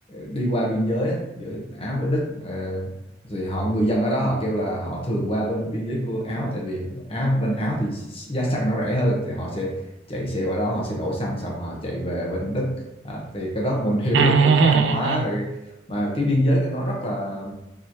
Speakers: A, on the left (about 30°); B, on the right (about 75°).
A: đi qua biên giới á, giữa Áo với Đức Ờ, rồi họ người dân ở đó họ kêu là họ thường qua bên biên giới của Áo tại vì Áo bên Áo thì giá xăng nó rẻ hơn thì họ sẽ chạy xe qua đó họ sẽ đổ xăng xong họ chạy về bên Đức à, thì cái đó mình hiểu
B: à, à,
A: được
B: à,
A: cái văn hóa
B: à. à,
A: rồi
B: à,
A: mà cái biên giới của nó rất là